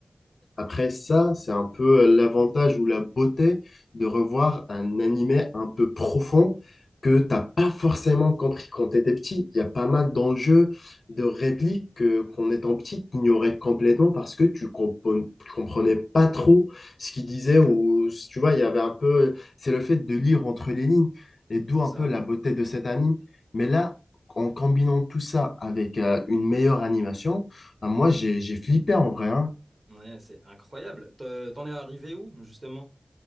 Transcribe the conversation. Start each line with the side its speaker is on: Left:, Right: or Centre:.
Left: Après ça, c'est un peu euh, l'avantage ou la beauté de revoir un animé un peu profond que t'as pas forcément compris quand t'étais petit. Il y a pas mal d'enjeux, de répliques que, qu'en étant petit, t'ignorais complètement parce que tu compon- tu comprenais pas trop ce qu'il disait ou tu vois, il y avait un peu, c'est le fait de lire entre les lignes et d'où
Right: C'est
Left: un
Right: ça.
Left: peu la beauté de cet anime. Mais là, en combinant tout ça avec euh, une meilleure animation, ah, moi j'ai j'ai flippé en vrai, hein.
Right: Ouais, c'est incroyable. Te- T'en es arrivé où, justement?